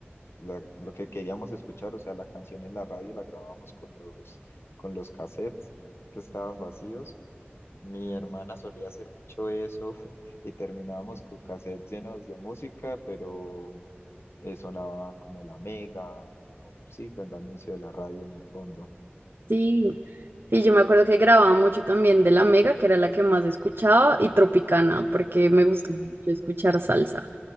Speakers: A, on the left (about 75°); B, on the right (about 60°).
A: la- lo que queríamos escuchar, o sea, la canción en la radio la grabábamos con los, con los cassettes que estaban vacíos. Mi hermana solía hacer mucho eso <laughs> y terminábamos con cassettes llenos de música, pero eh, sonaba como la Mega o sí, con el anuncio de la radio en el fondo.
B: Sí, sí, yo me acuerdo que grababa mucho también de La Mega, que era la que más escuchaba, y Tropicana, porque me gusta mucho escuchar salsa.